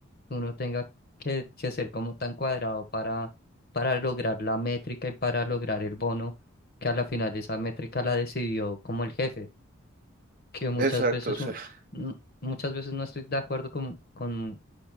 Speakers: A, on the left (about 45°); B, on the right (about 40°).
A: que uno tenga que, que ser como tan cuadrado para, para lograr la métrica y para lograr el bono, que a la final esa métrica la decidió como el jefe, que muchas
B: exacto,
A: veces,
B: o sea,
A: un-
B: <laughs>
A: n- muchas veces no estoy de acuerdo con, con